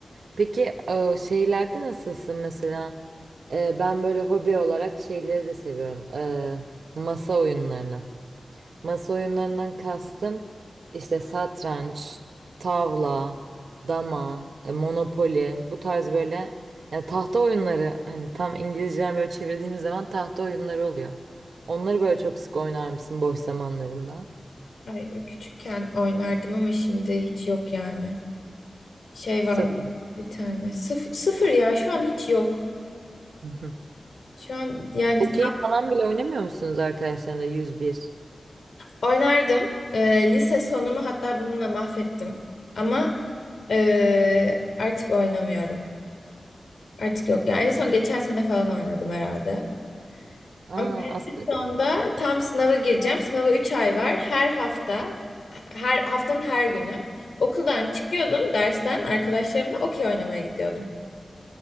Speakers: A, on the right; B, on the left.
A: Peki o şeylerde nasılsın mesela? Ee, ben böyle hobi olarak şeyleri de seviyorum. Ee, masa oyunlarını. Masa oyunlarından kastım işte satranç, tavla, dama, e, monopoli bu tarz böyle ya tahta oyunları hani tam İngilizceden böyle çevirdiğimiz zaman tahta oyunları oluyor. Onları böyle çok sık oynar mısın boş zamanlarında?
B: Ay, e, küçükken oynardım ama şimdi hiç yok yani. Şey
A: Sıfır.
B: var bir tane. Sıf sıfır ya şu an hiç yok.
A: <laughs>
B: Şu an yani
A: Okey falan bile oynamıyor musunuz arkadaşlarla 101?
B: ta- oynardım. Ee, lise sonumu hatta bununla mahvettim. Ama ee, artık oynamıyorum. Artık yok yani. En son geçen sene falan oynadım herhalde.
A: Aa,
B: Ama
A: aslında
B: Sonda tam sınava gireceğim. Sınava 3 ay var. Her hafta, her haftanın her günü okuldan çıkıyordum dersten arkadaşlarımla okey oynamaya gidiyordum.